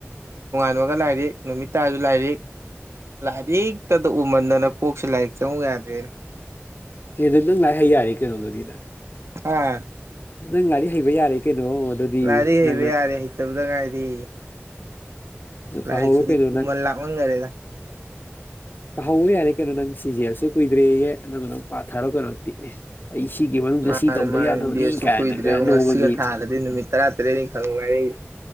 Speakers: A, on the right; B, on the left.
A: ꯅꯣꯛꯉꯥꯜꯂꯒ ꯂꯥꯏꯔꯤꯛ ꯅꯨꯃꯤꯠ ꯇꯥꯔꯁꯨ ꯂꯥꯏꯔꯤꯛ ꯂꯥꯏꯔꯤꯛ ꯇꯗ ꯎꯃꯟꯗꯅ ꯀꯣꯛꯁꯦ ꯂꯥꯏꯔꯤꯛ ꯆꯪꯉꯨ ꯌꯥꯗ꯭ꯔꯦꯅꯦ
B: ꯑꯦꯗ ꯅꯪ ꯂꯥꯏꯔꯤꯛ ꯍꯩ ꯌꯥꯔꯦ ꯀꯩꯅꯣꯗꯨꯗꯤ
A: ꯍꯥ
B: ꯅꯪ ꯂꯥꯏꯔꯤꯛ ꯍꯩꯕ ꯌꯥꯔꯦ ꯀꯩꯅꯣ ꯑꯗꯨꯗꯤ
A: ꯂꯥꯏꯔꯤꯛ ꯍꯩꯕ
B: ꯅꯪꯅ
A: ꯌꯥꯔꯦ ꯍꯩꯇꯕꯗ ꯉꯥꯏꯔꯦ ꯂꯥꯏꯔꯤꯛꯁꯤꯗꯤ
B: ꯄꯥꯍꯧꯔꯣ ꯀꯩꯅꯣ
A: ꯄꯨꯃꯜ
B: ꯅꯪ
A: ꯂꯥꯛꯃꯜꯒꯥꯔꯦꯗ
B: ꯄꯥꯍꯧꯕ ꯌꯥꯔꯦ ꯀꯩꯅꯣ ꯅꯪ ꯁꯤ ꯖꯤ ꯑꯦꯜꯁꯨ ꯀꯨꯏꯗ꯭ꯔꯦꯌꯦ ꯅꯪ ꯑꯗꯨꯝ ꯄꯥꯊꯔꯣ ꯀꯩꯅꯣ ꯑꯗꯨꯗꯤ ꯑꯩ ꯁꯤꯒꯤ ꯃꯅꯨꯡꯗ
A: ꯃꯥꯅꯦ
B: ꯁꯤ ꯇꯧꯗ
A: ꯃꯥꯅꯦ
B: ꯌꯥꯗꯕꯅꯤ
A: ꯗꯦꯁꯁꯨ
B: ꯀꯥꯏꯅꯒ
A: ꯀꯨꯏꯗ꯭ꯔꯦꯕ
B: ꯅꯣꯡꯃꯒꯤ
A: ꯉꯁꯤꯒ ꯊꯥꯗꯗꯤ
B: <inaudible> <unintelligible>
A: ꯅꯨꯃꯤꯠ ꯇꯔꯥ ꯇꯔꯦꯠꯅꯤ ꯈꯪ ꯉꯥꯏꯔꯛꯏ